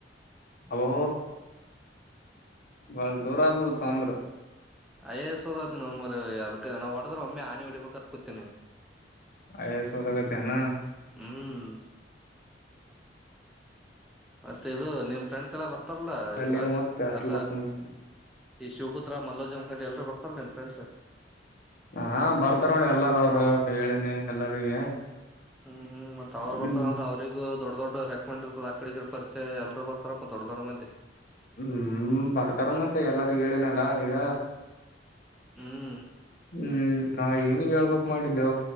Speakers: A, on the left; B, in the centre.
A: ಅಬೋ ಬಳ ದೂರ ಆದದ ತಂದ್ರ
B: ಅಯ್ಯ ಸೋದತರಿ ಅದ್ ನಾವು ಹೊಡದ್ರ ಒಮ್ಮೆ ಆನೆಿ ಹೊಡಿಬೇಕತ್ ಕೂತೀಿನಿ
A: ಆಯ ಸೌದಾಗತಾನ
B: ಹ್ಮ್ ಮತ್ತೆ ಇದು ನಿಮ್ ಫ್ರೆಂಡ್ಸ್ ಎಲ್ಲ ಬರ್ತಾರಲ್ಲ
A: ಅಲ್ಲೇನ್
B: ಇದ್ರಾಗ
A: ಓದ್ತೆ ಹಾಸ್ಟೆಲ್ದಾಗ
B: ಎಲ್ಲ
A: ಕುಂತ
B: ಈ ಶಿವಪುತ್ರ ಮಲ್ಲೋಜ್ ಮುಖಂಡಿ ಎಲ್ರೂ ಬಕ್ತಾರ ನಿಮ ಫ್ರೆಂಡ್ಸ್
A: ಹಾ ಬರ್ತಾರ ನೋ ಎಲ್ಲಾರ ಅವರು ಹೇಳೇನಿ ಎಲ್ಲರಿಗೆ
B: ಹ್ಮ್ ಹ್ಮ್ ಮತ್ತತ್ ಅವ್ ಬರ್ತದ
A: ಹ್ಮ್
B: ಅಂದ್ರೆ ಅವ್ರಗ ದೊಡ್ಡ ದೊಡ್ಡ ರೆಕಮೆಂಡ್ ಇರ್ತದ ಆಕಡೆ ಈಡೆರ್ ಮೆ ಎಲ್ರು ಬರ್ತಾರಪ್ಪಾ ದೊಡ್ಡ ದೊಡ್ಡ ಮಂದಿ
A: ಹ್ಮ್ ಬರ್ತಾರ ಮತ್ತೆ ಎಲ್ಲಾರ ಹೇಳನಲ್ಲ ಈಗ
B: ಹ್ಮ್
A: ಹ್ಮ್ ನಾವ ಏನಿಗೆ ಹೇಳ್ಬೇಕಕ್ ಮಾಡಿದ್ದೆ